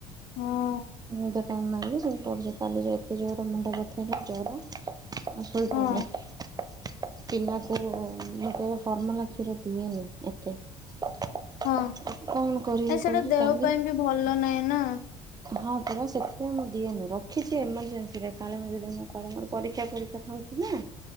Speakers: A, on the left (about 60°); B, on the right (about 25°).
A: ହଁ।
B: ମୁଁ ତ ଟାଇମ୍ ନାଗିବ ସେଇଟା <unintelligible> କାଲେ ଯେ ଏତେ ଜୋରେ ମୁଣ୍ଡ ବଥା ହେଲା ଜର ଆଉ ଶୋଇପଡ଼ିଲେ।
A: ହଁ
B: ପିଲାକୁ ମୁଁ କେବେ ଫର୍ମୁଲା କ୍ଷୀର ଦିଏନି ଏତେ। <unintelligible>
A: ହଁ
B: କଣ କରିବି
A: ନାଇଁ ସେଟା
B: କହିବି
A: ଦେହ
B: କାଲି
A: ପାଇଁ ବି ଭଲ ନା ଏଇନା
B: ହଁ ପରା ସେଥିପାଇଁ ମୁଁ ଦିଏନି ରଖିଚି ଏମର୍ଜେନ୍ସିରେ କାଳେ <unintelligible> କାଳେ ମୋର ପରୀକ୍ଷା ଫରୀକ୍ଷା କଥା ହଉଚି ନା